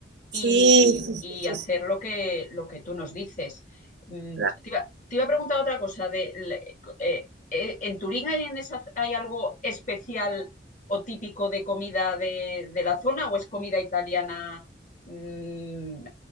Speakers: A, on the right; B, on the left.
A: Sí,
B: y,
A: sí, sí,
B: y
A: sí,
B: hacer
A: sí,
B: lo que, lo que tú nos dices. Mm,
A: claro.
B: te, iba, te iba a preguntar otra cosa. De, eh, eh, ¿En Turín hay, en esa, hay algo especial o típico de comida de, de la zona o es comida italiana mm,